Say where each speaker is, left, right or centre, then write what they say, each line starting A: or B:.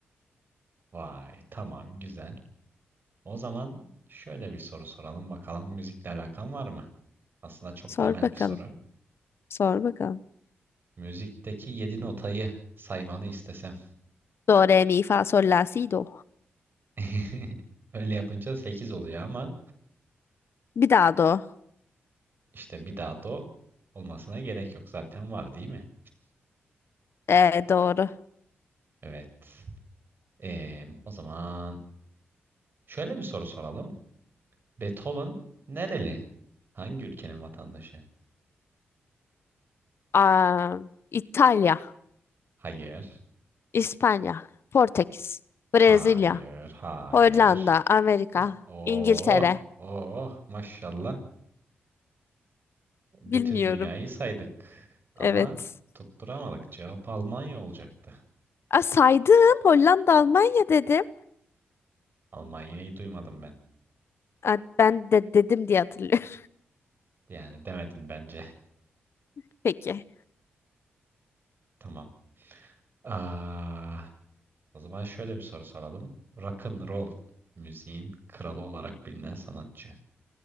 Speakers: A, on the right; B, on the left.
A: Vay. Tamam, güzel. O zaman şöyle bir soru soralım bakalım müzikle alakan var mı? Aslında çok
B: Sor
A: temel
B: bakalım.
A: bir soru.
B: Sor bakalım.
A: Müzikteki 7 notayı saymanı istesem.
B: Do, re, mi, fa, sol, la, si, do.
A: <laughs> Öyle yapınca 8 oluyor ama
B: Bir daha do.
A: işte bir daha do olmasına gerek yok. Zaten var değil mi?
B: Ee, doğru.
A: Evet. Ee, o zaman şöyle bir soru soralım. Beethoven nereli? Hangi ülkenin vatandaşı?
B: Aa, İtalya,
A: Hayır.
B: İspanya, Portekiz,
A: Hayır.
B: Brezilya,
A: Hayır.
B: Hollanda, Amerika,
A: Ha- Oh.
B: İngiltere.
A: Oh. Maşallah. Bütün
B: Bilmiyorum.
A: dünyayı saydık. Ama
B: Evet.
A: tutturamadık. Cevap Almanya olacaktı.
B: Aa, saydım. Hollanda, Almanya dedim.
A: Almanya'yı duymadım ben.
B: Aa, ben de dedim diye hatırlıyorum.
A: Yani demedin bence.
B: <laughs> Peki.
A: <laughs> Tamam. Aa, o zaman şöyle bir soru soralım. Rock and roll müziğin kralı olarak bilinen sanatçı.